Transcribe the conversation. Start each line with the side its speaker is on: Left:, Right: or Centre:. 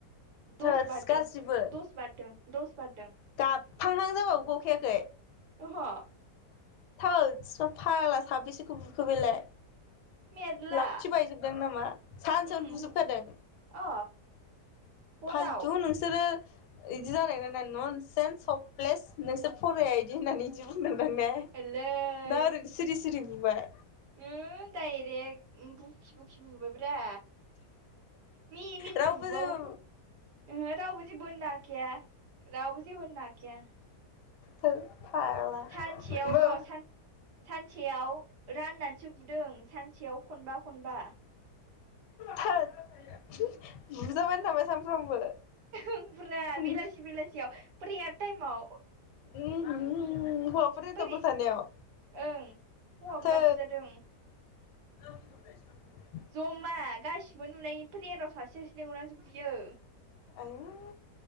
Left: थोस
Right: दस बारदों
Left: गासिबो
Right: दस बारदों दस बारदों।
Left: गाबहांहां जाबावो गखायाखै।
Right: ओहो।
Left: थोथस फाग्ला साबबेसेखौ बुखो बेलाय?
Right: मेरला
Left: लावथि बायजोबदों नामा सानसेयावनो
Right: उम
Left: बुजोबखादों?
Right: अ हराव
Left: फालथु नोंसोरो इदि जानाय ना ना नन सेन्स हफप्लेस नोंसोर फराया इदि होननानै बिदि बुंदोंदां ने?
Right: एलै
Left: ना ओरैनो सिरि सिरि बुबाय
Right: उम डायरेक्ट बुखि बुखि बुबायब्रा मिनि मिनिसो
Left: रावबो
Right: बुबावो
Left: जेबो
Right: फ ओहो रावबो जेबो होननो हाखाया रावबो जेबो होननो हाखाया।
Left: थो फाग्ला
Right: सानसेयाव
Left: बो
Right: र' सान सानसेयाव राननानै सो बुदों सानसेयाव खनबा खनबा
Left: थोर बुजाबायानो थाबाय सानफ्रामबो
Right: ओं ब्रा
Left: उम
Right: बेलासि बेलासियाव प्रेयार टाइमाव।
Left: उम हु हौवाफोर हिन्जावफोर
Right: बोरै
Left: थानायाव
Right: ओं हौवाफ्रा
Left: थो
Right: बुजादों
Left: <unintelligible>
Right: जमा गासिबो नुनायनि प्रेयाराव सासे सासे लेंंहरनानैसो बुयो।
Left: आयौ